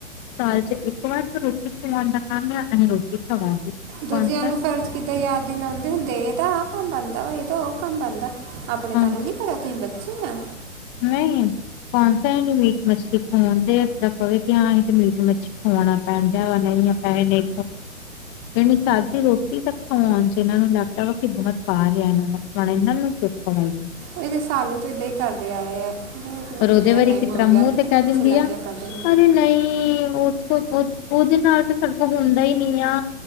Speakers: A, on the left; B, on the right.
A: ਸਾਲ ਚ ਇਕ ਵਾਰ ਰੋਟੀ ਖਵਾਉਣ ਦਾ ਕੰਮ ਆ ਅਸੀਂ ਰੋਟੀ ਖਵਾ
B: ਦੂਜਿਆਂ
A: ਕੌਣ
B: ਨੂੰ ਫਰਜ਼ ਕਿੱਦਾਂ ਯਾਦ ਦੀਲਾਉਂਦੇ ਹੁੰਦੇ, ਇਹਦਾ ਆਹ ਕੰਮ ਬਣਦਾ ਵਾ ਇਹਦਾ ਉਹ ਕੰਮ ਬਣਦਾ ਆਪਣੇ ਤੁਹਾਨੂੰ
A: ਸਾ
B: ਨੀ ਪਤਾ, ਤੁਸੀਂ ਬੱਚੇ ਆ
A: ਨਹੀਂ ਕੌਣਸ ਇਹ ਮੀਟ ਮੱਛਲੀ ਖਵਾਉਣਦੇ ਜਿਹੜਾ ਕਵੇ ਕਿ ਹਾਂ ਇਹ ਤੇ ਮੀਟ ਮੱਛੀ ਖਾਉਣਾ ਪੈਣ ਦਾ ਵਾ ਨਹੀਂ ਪੈਸੇ ਜਾਣੀ, ਸਾਦੀ ਰੋਟੀ, ਤ ਖਵਾਉਣ ਚ ਇਹਨਾਂ ਨੂੰ। ਲੱਗਦਾ ਵਾ ਕਿ, ਬਹੁਤ ਪਾ ਲਿਆ। ਇਹਨਾਂ ਦਾ ਹੁਣ ਇਹਨਾਂ ਨੂੰਉ। ਹਾਂਜੀ।
B: ਇਹਦੇ ਸਾਨੂੰ, ਤਾਂ ਏਦਾਂ ਹੀ, ਕਰਦੇ ਆਏ ਆ। ਇਹਦੇ
A: ਪਰ ਉਹਦੇ,
B: ਕਿੰਨਾ
A: ਵਾਰੀ
B: ਟਾਈਮ
A: ਕਿਸ
B: ਹੋ
A: ਤਰਾਂ, ਮੂੰਹ
B: ਗਿਆ
A: ਤੇ ਕਹਿ ਦਿੰਦੀ
B: ਚਲਾਕੀਆਂ
A: ਆ।
B: ਕਰਦੇ ਨੇ
A: ਅਰੇ ਨਹੀਂ ਉਹ। ਉਹਦੇ ਨਾਲ ਤਾਂ, ਸੜਕੋ ਹੁੰਦਾ ਹੀ, ਨੀ ਆ।